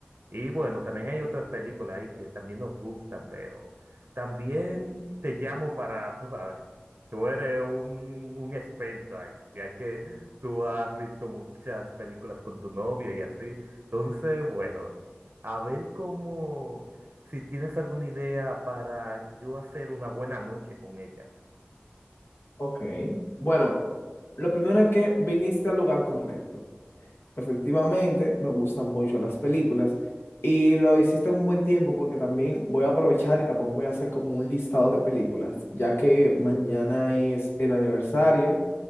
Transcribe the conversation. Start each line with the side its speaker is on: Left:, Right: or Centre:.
Right: y bueno, también hay otras películas ahí que también nos gustan, pero también te llamo para, tú sabes, tú eres un, un experto ahí, ya que tú has visto muchas películas con tu novia y así. Entonces, bueno, a ver cómo, si tienes alguna idea para yo hacer una buena noche con ella.
Left: Ok, Bueno, lo primero es que viniste al lugar correcto. Efectivamente, me gustan mucho las películas y lo hiciste en un buen tiempo porque también voy a aprovechar y también voy a hacer como un listado de películas, ya que mañana es el aniversario